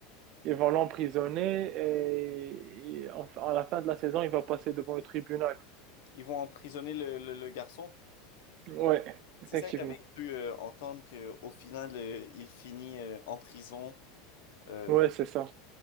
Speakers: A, on the right (about 55°); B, on the left (about 70°).
A: Ils vont l'emprisonner et, et en- à la fin de la saison, il va passer devant le tribunal.
B: Ils vont emprisonner le, le- le garçon.
A: Ouais, effectivement.
B: C'est ça que j'avais cru euh, entendre, qu'au final, euh, il finit euh, en prison. euh,
A: Ouais, c'est ça.